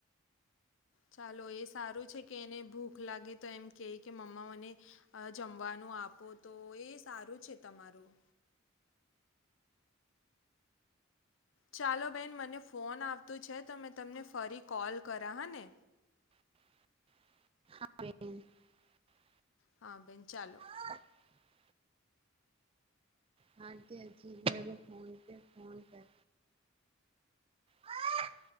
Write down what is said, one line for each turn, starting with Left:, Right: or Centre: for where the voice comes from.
Left: ચાલો એ સારું છે કે એને ભૂખ લાગે તો એમ કે કે મમ્મા મને જમવાનું આપો તો એ સારું છે તમારું. ચાલો બેન મને ફોન આવતું છે તો મેં તમને ફરી કોલ કરા હા ને.
Right: <inaudible> <inaudible>
Left: હા. બેન ચાલો.
Right: <inaudible> હાજ અજીબ હ ફોન પ ફોન કર હા <unintelligible>